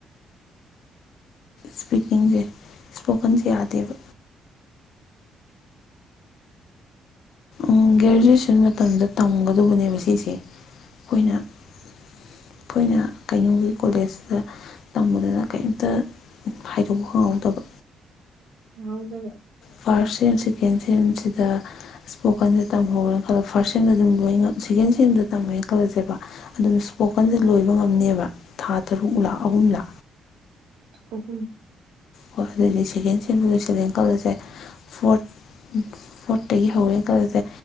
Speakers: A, on the left; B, on the right.
A: ꯁ꯭ꯄꯤꯀꯤꯡꯁꯦ ꯁ꯭ꯄꯣꯀꯟꯁꯦ ꯌꯥꯗꯦꯕ ꯎꯝ ꯒ꯭ꯔꯦꯖꯨꯋꯦꯁꯟ ꯃꯇꯝꯗ ꯇꯝꯒꯗꯧꯕꯅꯦꯕ ꯁꯤꯁꯦ ꯑꯩꯈꯣꯏꯅ
B: ꯎꯝ
A: ꯑꯩꯈꯣꯏꯅ ꯀꯩꯅꯣꯒꯤ ꯀꯣꯂꯦꯖꯗ ꯇꯝꯃꯨꯗꯅ ꯀꯩꯝꯇ ꯈꯥꯏꯗꯣꯛꯄ ꯐꯪꯍꯧꯗꯕ
B: ꯍꯥꯉꯥꯜꯗꯒ
A: ꯐꯥ꯭ꯔꯁ ꯁꯦꯝ ꯁꯦꯀꯦꯟ ꯁꯦꯝꯁꯤꯗ ꯏꯁꯄꯣꯀꯟꯁꯦ ꯇꯝꯍꯧꯔꯦꯅ ꯈꯜꯂꯣ ꯐꯥ꯭ꯔꯁ ꯁꯦꯝꯗ ꯑꯗꯨꯝ ꯂꯣꯏ ꯁꯦꯀꯦꯟ ꯁꯦꯝꯗ ꯇꯝꯃꯦꯅ ꯈꯜꯂꯁꯦꯕ ꯑꯗꯨꯝ ꯏꯁꯄꯣꯀꯟꯁ ꯂꯣꯏꯕ ꯉꯝꯅꯦꯕ ꯊꯥ ꯇꯔꯨꯛ ꯂꯥ ꯑꯍꯨꯝꯂꯥ
B: ꯑꯍꯨꯝ
A: ꯍ‌ꯣꯏ ꯑꯗꯨꯏꯗꯤ ꯁꯦꯀꯦꯟ ꯁꯦꯝꯖꯨ ꯂ‌ꯣꯏꯁꯤꯜꯂ‌ꯦꯅ ꯈꯜꯂꯁꯦ ꯐꯣ꯭ꯔꯠ ꯐ‌ꯣ꯭ꯔꯠꯇꯒꯤ ꯍꯧꯔꯦꯅ ꯈꯜꯂꯁꯦ